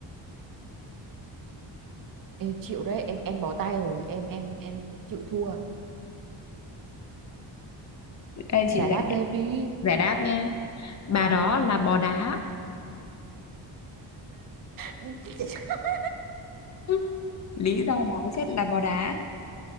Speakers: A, on the right; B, on the left.
A: em chịu đấy em em bó tay rồi em em em chịu thua
B: đây chị
A: giải đáp
B: giải
A: cho
B: đáp,
A: em đi
B: giải đáp nha bà đó là bò đá <laughs>
A: <laughs>
B: Ừ. lý do bà ấy chết là bò đá